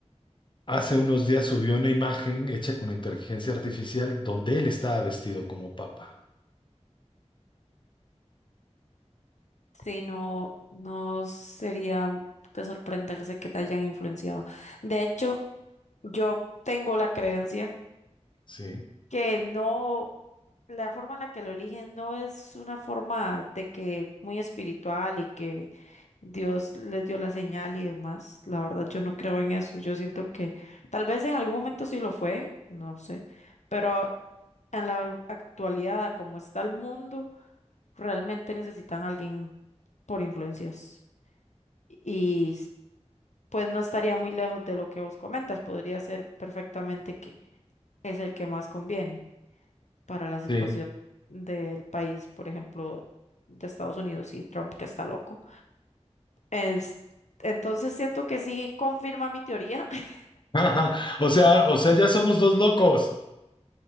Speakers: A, on the left; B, on the left.
A: hace unos días subió una imagen hecha con inteligencia artificial donde él estaba vestido como papa.
B: Sí, no, no sería de sorprenderse que te hayan influenciado. De hecho, yo tengo la creencia.
A: Sí,
B: que no, la forma en la que lo eligen no es una forma de que muy espiritual y que Dios les dio la señal y demás. La verdad, yo no creo en eso. Yo siento que tal vez en algún momento sí lo fue, no sé, pero en la actualidad, a como está el mundo, realmente necesitan a alguien por influencias. Y s- pues no estaría muy lejos de lo que vos comentas. Podría ser perfectamente que es el que más conviene para la situación
A: sí.
B: del país, por ejemplo, de Estados Unidos y Trump, que está loco. Es- entonces siento que sí confirma mi teoría. <laughs>
A: <laughs> O sea, o sea, ya somos dos locos.